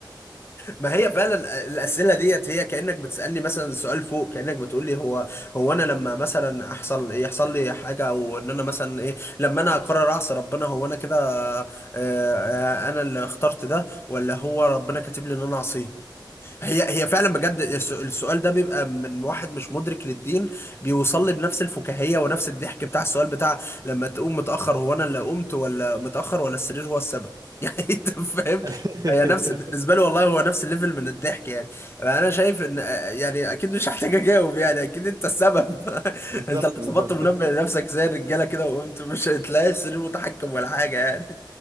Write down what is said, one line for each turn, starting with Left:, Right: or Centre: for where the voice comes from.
Left: ما هي فعلا الأسئلة ديت هي كأنك بتسألني مثلا سؤال فوق كأنك بتقول لي هو هو انا لما مثلا احصل يحصل لي حاجة او ان انا مثلا ايه لما انا اقرر اعصي ربنا هو انا كده آه، آه، انا اللي اخترت ده ولا هو ربنا كاتب لي ان انا اعصيه هي هي فعلا بجد الس- السؤال ده بيبقى من واحد مش مدرك للدين بيوصل لي بنفس الفكاهية ونفس الضحك بتاع السؤال بتاع لما تقوم متأخر هو انا اللي قمت ولا متأخر ولا السرير هو السبب <laughs> يعني انت فاهم
Right: <laughs>
Left: هي نفس بالنسبة لي والله هو نفس الليفل من الضحك يعني انا شايف ان يعني اكيد مش هحتاج اجاوب يعني اكيد انت السبب <laughs>
Right: بالظبط
Left: انت اللي
Right: بالظبط
Left: ظبطت منبه لنفسك زي الرجالة كده وقمت مش هتلاقي السرير متحكم ولا حاجة يعني